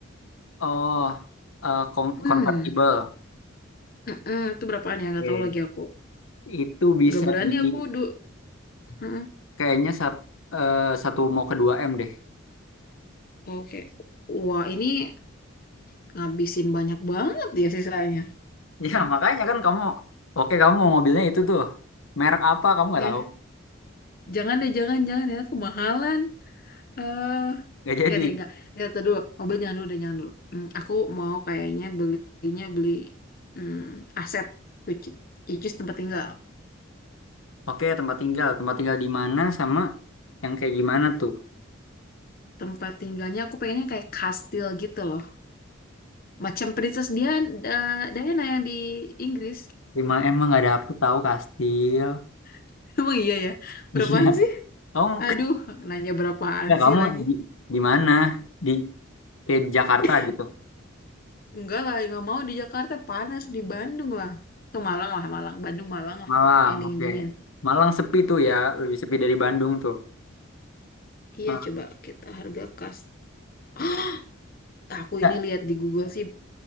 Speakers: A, on the left; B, on the left.
A: Oh, eh, con- convertible.
B: Hmm, mm-mm, itu berapaan ya? nggak
A: Oke,
B: tahu lagi aku.
A: Itu bisa
B: nggak berani
A: di
B: aku du. mm-mm.
A: kayaknya sat, eh, satu mau ke dua m deh. <laughs>
B: Oke. Wah, ini ngabisin banyak banget ya sisanya.
A: Ya, makanya kan kamu Oke, kamu mau mobilnya itu tuh. Merek apa kamu nggak
B: Ja-
A: tahu?
B: Jangan deh, jangan, jangan ya. Kemahalan. eh
A: Nggak jadi.
B: nggak deh, nggak. Nggak, tuh dulu. Mobil jangan dulu deh, jangan dulu. Hmm, aku mau kayaknya belinya beli hmm, aset, which, which is tempat tinggal.
A: Oke, tempat tinggal. Tempat tinggal di mana sama yang kayak gimana tuh?
B: Tempat tinggalnya aku pengennya kayak kastil gitu loh. Macam Princess Dian- Da- Diana yang di Inggris.
A: lima m mah nggak dapet tahu kastil.
B: <laughs> Emang iya ya?
A: <laughs>
B: Berapaan
A: Iya.
B: sih?
A: Kamu
B: Aduh, nanya berapaan
A: Ya, kamu
B: sih lagi?
A: di, di mana? Di kayak di Jakarta
B: <laughs>
A: gitu.
B: Enggak lah, nggak mau di Jakarta. Panas, di Bandung lah. Atau Malang lah, Malang. Bandung, Malang lah.
A: Malang,
B: Yang dingin-dingin.
A: oke. Malang sepi tuh ya, lebih sepi dari Bandung tuh.
B: Iya,
A: Nah,
B: coba kita harga kas. <gasps> Aku
A: ya,
B: ini lihat di Google sih